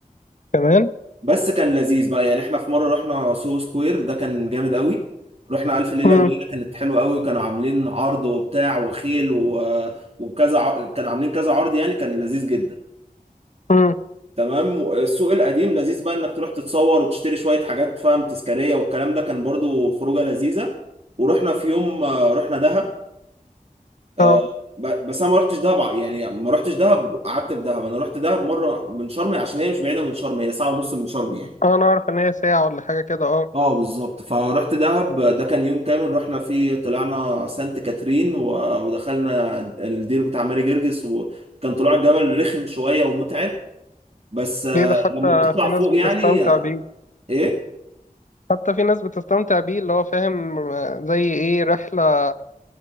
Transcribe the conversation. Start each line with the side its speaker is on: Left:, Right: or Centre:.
Left: كمان
Right: بس كان لذيذ بقى يعني احنا في مرة رحنا سوهو سكوير ده كان جامد قوي رحنا ألف ليلة
Left: مم.
Right: وليلة كانت حلوة قوي وكانوا عاملين عرض وبتاع وخيل و... وكذا ع... كانوا عاملين كذا عرض يعني كان لذيذ جدا
Left: مم.
Right: تمام السوق القديم لذيذ بقى انك تروح تتصور وتشتري شوية حاجات فاهم تذكارية والكلام ده كان برضو خروجة لذيذة ورحنا في يوم آه، رحنا دهب آه،
Left: اه
Right: ب- بس انا ما رحتش دهب ع- يعني ما رحتش دهب قعدت في دهب انا رحت دهب مرة من شرم عشان هي مش بعيدة من شرم هي ساعة ونص من شرم يعني
Left: اه انا اعرف ان هي ساعة ولا حاجة كده اه
Right: اه بالظبط فرحت دهب ده كان يوم كامل رحنا فيه طلعنا سانت كاترين و- ودخلنا الدير بتاع ماري جرجس وكان طلوع الجبل رخم شوية ومتعب بس آه،
Left: ليه ده حتى
Right: لما بتطلع
Left: في ناس
Right: فوق
Left: بتستمتع
Right: يعني آه،
Left: بيه
Right: ايه
Left: حتى في ناس بتستمتع بيه اللي هو فاهم آه، زي ايه رحلة